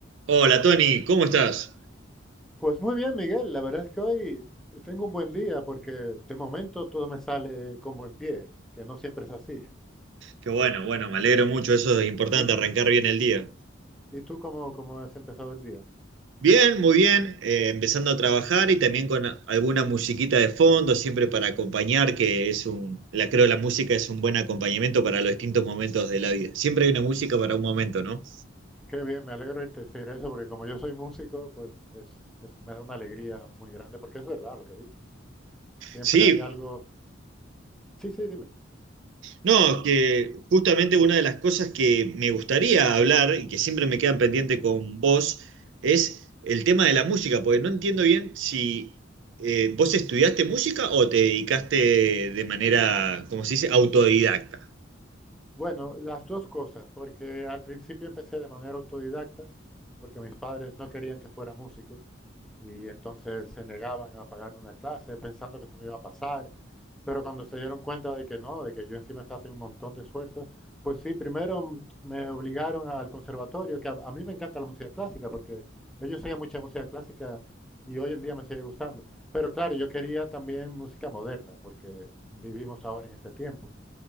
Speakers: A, on the right; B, in the centre.
A: Hola Tony, ¿cómo estás?
B: Pues muy bien, Miguel. La verdad es que hoy tengo un buen día porque de momento todo me sale con buen pie, que no siempre es así.
A: Qué bueno, bueno, me alegro mucho, eso es importante,
B: ¿Y,
A: arrancar bien el día.
B: y tú cómo, cómo has empezado el día?
A: Bien, muy bien, eh, empezando a trabajar y también con a- alguna musiquita de fondo, siempre para acompañar, que es un, la creo la música es un buen acompañamiento para los distintos momentos de la vida. Siempre hay una música para un momento, ¿no?
B: Qué bien, me alegro de te decir eso porque como yo soy músico, pues es, es- me da una alegría muy grande porque es verdad lo que dices. Siempre
A: Sí,
B: hay algo... Sí, sí, dime.
A: No, que justamente una de las cosas que me gustaría hablar y que siempre me quedan pendiente con vos es el tema de la música, porque no entiendo bien si eh, vos estudiaste música o te dedicaste de manera, como se dice, autodidacta.
B: Bueno, las dos cosas, porque al principio empecé de manera autodidacta porque mis padres no querían que fuera músico. y entonces se negaban a pagarme una clase pensando que se me iba a pasar, pero cuando se dieron cuenta de que no, de que yo encima estaba haciendo un montón de esfuerzos, pues sí, primero mm, me obligaron al conservatorio, que a, a mí me encanta la música clásica, porque ellos oían mucha música clásica y hoy en día me sigue gustando. Pero claro, yo quería también música moderna, porque vivimos ahora en este tiempo.